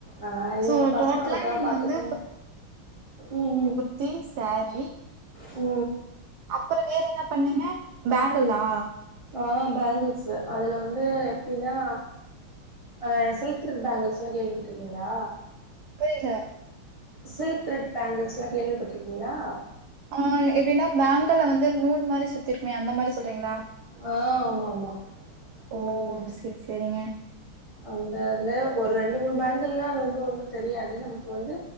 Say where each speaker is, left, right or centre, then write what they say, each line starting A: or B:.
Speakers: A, on the right (about 20°); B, on the right (about 80°).
A: அ
B: சோ
A: எங் பசங்களப்
B: டோட்டலா
A: ப்பா
B: நீங்க
A: பாத்துக்குங்க
B: வந்து
A: ம் ம்
B: திங் சாரீ
A: ஓ
B: அப்புறோ வேற என்ன பண்ணிங்க பேங்குல்லா
A: ஆ பேங்கிள்ஷு அதுல வந்து எப்டின்னா அ சில்க்த்ரெட் பேங்கிள்ஸ்லா கேள்வி பட்ருக்கிங்ளா
B: புரியில
A: சில்க் த்ரெட் பேங்கிள்ஸ்லா கேள்வி பட்ருக்கீங்ளா
B: ஆ எப்படின்னா பேங்க் க்கல வந்து நூல் மாரி சுத்திருக்குமே அந்த மாரி சொல்றீங்களா
A: ஆ ஆமா ஆமா
B: ஓ
A: ம்
B: சேரி சேரிங்க
A: அந்த அதுலே ஒரு ரெண்டு மூணு பேங்குள்லா அது வந்து ஒண்ணு தெரியாது நமக்கு வந்து